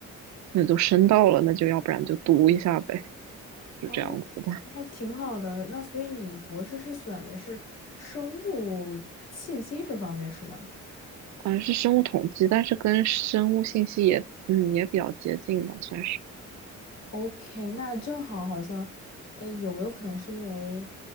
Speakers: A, on the right (about 65°); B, on the left (about 60°).
A: 那就申到了，那就要不然就读一下呗，就这样子的，
B: 啊，那还挺好的。那所以你博士是选的是生物信息这方面是吗
A: 好像是生物统计，但是跟生物信息也嗯也比较接近吧，算是。
B: ？OK，那正好好像，哎，有没有可能是因为，